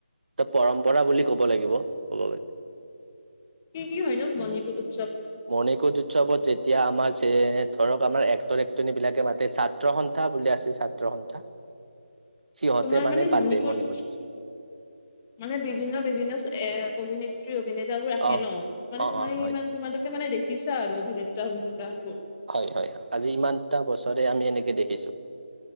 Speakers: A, on the right; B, on the left.
A: এ পৰম্পৰা বুলি ক'ব লাগিব ক'ব গলে
B: কি কি হয় নো মণিকুট উৎস
A: মণিকুট উৎসৱত যেতিয়া আমাৰ ধৰক আমাৰ এক্টৰ এক্টনি বিলাকে মাতে ছাত্ৰ সন্থা বুলি আছে ছাত্ৰ সন্থা
B: <inaudible>
A: সিহঁতে
B: তোমাৰ মানে
A: পাতে
B: মণিকুট
A: মণিকোট
B: মানে বিভিন্ন বিভিন্ন এ অভিনেত্ৰী অভিনেতাবোৰ আহে
A: অ
B: ন মানে
A: অ
B: তুমি
A: অ হয়
B: ইমান তোমালোকে মানে দেখিছা আৰু অভিনেতা অভিনেতা
A: হয় হয় আজি ইমানটা বছৰে আমি এনেকে দেখিছো